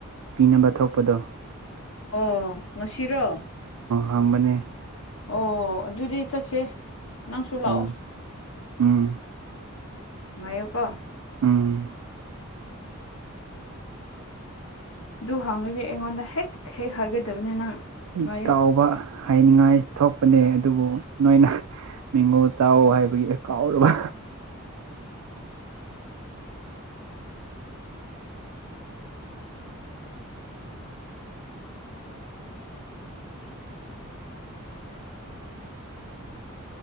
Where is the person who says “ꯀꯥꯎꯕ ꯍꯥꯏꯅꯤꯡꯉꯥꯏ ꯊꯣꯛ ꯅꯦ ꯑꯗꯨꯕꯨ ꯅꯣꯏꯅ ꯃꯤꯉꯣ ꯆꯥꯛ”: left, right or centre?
Right